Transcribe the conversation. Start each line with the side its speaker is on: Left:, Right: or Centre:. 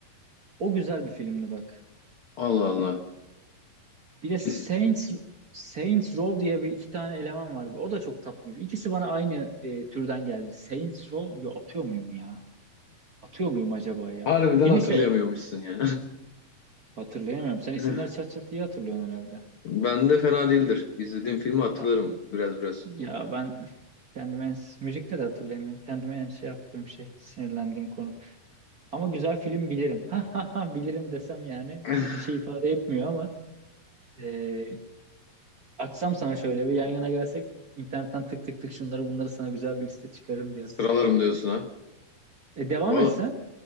Right: O güzel bir filmdi bak.
Left: Allah Allah.
Right: Bir de
Left: Kesin.
Right: Saints Saints Row diye bir iki tane eleman vardı. O da çok tatlı. İkisi bana aynı e, türden geldi. Saints Row yo, atıyor muyum ya? Atıyor muyum acaba ya?
Left: Harbiden
Right: Kilise
Left: hatırlayamıyormuşsun ya.
Right: hatırlayamıyorum. Sen
Left: <laughs>
Right: isimleri çat çat iyi hatırlıyorsun herhalde.
Left: Ben de fena değildir. İzlediğim filmi hatırlarım
Right: Ma-
Left: biraz biraz.
Right: Ya ben kendime en, müzikte de hatırlayamıyorum. Kendime en şey yaptığım şey, sinirlendiğim konu. Ama güzel film bilirim. <laughs> Ha ha ha bilirim desem yani
Left: <laughs>
Right: bir şey ifade etmiyor ama e, açsam sana şöyle bir yan yana gelsek internetten tık tık tık şunları bunları sana güzel bir liste çıkarırım diye
Left: Sıralarım
Right: hatırlıyorum.
Left: diyorsun ha.
Right: E, devam
Left: Valla
Right: etsen.